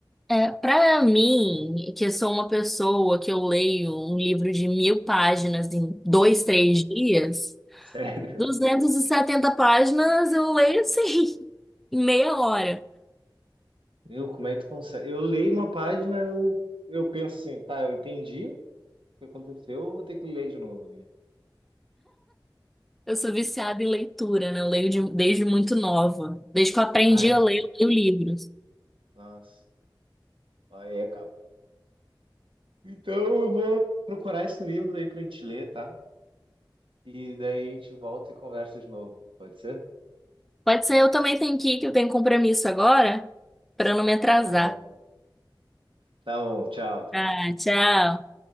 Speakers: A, in the centre; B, on the right.
A: É, para mim, que eu sou uma pessoa que eu leio um livro de mil páginas em dois, três dias,
B: Sério.
A: 270 páginas eu leio assim, <laughs> em meia hora.
B: Meu, como é que tu consegue? Eu leio uma página, eu, eu penso assim, tá, eu entendi o que aconteceu, eu vou ter que ler de novo aqui.
A: Eu sou viciada em leitura, né? Eu leio de- desde muito nova. Desde que eu aprendi
B: Ai,
A: a ler, eu leio livros.
B: nossa. Aí acaba. Então eu vou procurar esse livro aí pra gente ler, tá? E daí a gente volta e conversa de novo. Pode ser?
A: Pode ser, eu também tenho que ir, que eu tenho compromisso agora, para não me atrasar.
B: Tá bom. Tá bom, tchau.
A: Ah, tchau.